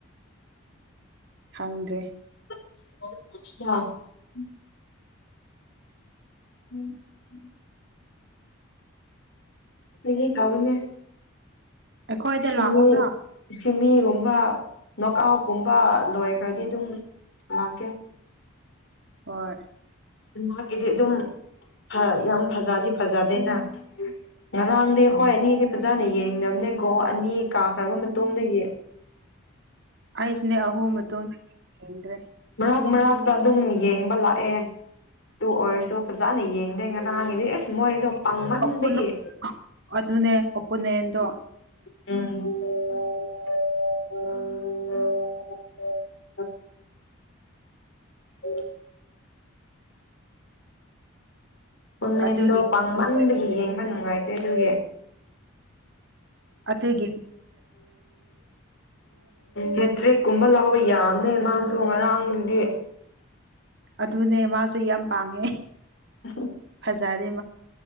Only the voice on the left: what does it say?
<unintelligible> <inaudible> ꯐꯒꯤ ꯇꯧꯕꯅꯦ꯫
ꯁꯤꯃꯤ
ꯁꯤꯃꯤ ꯒꯨꯝꯕ ꯅꯣꯀꯥꯎꯀꯨꯝꯕ ꯂꯣꯏꯈ꯭ꯔꯗꯤ ꯑꯗꯨꯝ ꯂꯥꯛꯀꯦ꯫
ꯃꯍꯥꯛꯀꯤꯗꯤ ꯑꯗꯨꯝ ꯐ ꯌꯥꯝ ꯐꯖꯗꯤ ꯐꯖꯗꯦꯅ꯫ ꯉꯔꯥꯡꯗꯤ
ꯈꯣꯏ ꯑꯅꯤꯗꯤ ꯐꯖꯥꯅ ꯌꯦꯡ ꯌꯦꯡꯗꯕꯅꯦ ꯒꯣ ꯑꯅꯤ꯫ ꯀꯥꯈ꯭ꯔꯕ ꯃꯇꯨꯡꯗꯒꯤ꯫
ꯃꯔꯛ ꯃꯔꯛꯇ ꯑꯗꯨꯝ ꯌꯦꯡꯕ ꯂꯥꯛꯑꯦ ꯑꯗꯨ ꯑꯣꯏꯔꯁꯨ ꯐꯖꯅ ꯌꯦꯡꯗꯦ ꯉꯔꯥꯡꯒꯤꯗꯤ ꯏꯁ ꯃꯣꯏꯗꯣ꯫
ꯄꯥꯡꯃꯟꯕꯒꯤ
<inaudible> <inaudible> <inaudible> ꯑꯣ <inaudible> <inaudible>
ꯎꯟꯗꯣ ꯄꯥꯡꯃꯟꯕꯒꯤ
ꯌꯦꯡꯕ ꯅꯨꯡꯉꯥꯏ ꯗꯨꯒꯦ
ꯍꯦꯠꯇꯔꯤ ꯀꯨꯝꯕ ꯂꯧꯕ ꯌꯥꯝꯅꯦ ꯃꯥꯁꯨ ꯉꯔꯥꯡꯗꯨꯗꯤ
<unintelligible>